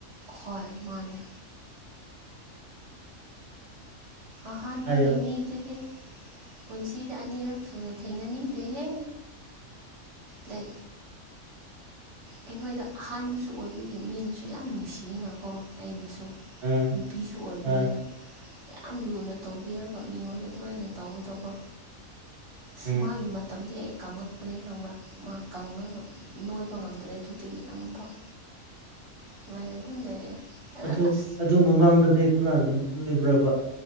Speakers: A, on the right; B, on the right.
A: ꯍꯣꯏ ꯃꯥꯅꯦ ꯑꯍꯥꯟꯕꯒꯤ
B: ꯍꯥꯏꯌꯣ
A: ꯃꯤꯗꯨꯗꯤ ꯄꯨꯟꯁꯤꯗ ꯑꯅꯤꯔꯛ ꯁꯨꯅ ꯊꯦꯡꯅꯅꯤꯡꯗꯦꯍꯦ ꯂꯩ ꯑꯩꯈꯣꯏꯗ ꯑꯍꯥꯟꯕꯁꯨ ꯑꯣꯏꯕꯒꯤ ꯃꯤꯅꯁꯨ ꯌꯥꯝ ꯅꯨꯡꯁꯤꯌꯦꯅꯀꯣ ꯑꯩꯅꯁꯨ
B: ꯎꯝ
A: ꯅꯨꯄꯤꯁꯨ ꯑꯣꯏꯕꯅꯤꯅ
B: ꯑ
A: ꯌꯥꯝ ꯂꯨꯅ ꯇꯧꯕꯤꯔꯕ ꯃꯤꯉꯣꯟꯗ ꯑꯗꯨꯃꯥꯏꯅ ꯇꯧꯕꯗꯀꯣ ꯑꯁ
B: ꯎꯝ
A: ꯃꯥꯒꯤ ꯃꯇꯝꯗꯤ ꯑꯩ ꯀꯪꯉꯛꯄꯅꯩ ꯈꯪꯕ ꯃꯥ ꯀꯪꯉꯒ ꯅꯣꯏꯕ ꯉꯝꯗ꯭ꯔꯦ ꯑꯗꯨꯗꯒꯤ ꯑꯃꯨꯛꯐꯥꯎ ꯁꯨꯃꯥꯏꯅ ꯑꯗꯨꯝ ꯂꯩꯔꯦ ꯑꯗ
B: ꯑꯗꯨ
A: ꯑꯁ
B: ꯑꯗꯨ ꯃꯃꯥꯡꯗꯗꯤ ꯈꯔ ꯅꫭꯏꯕ꯭ꯔꯕ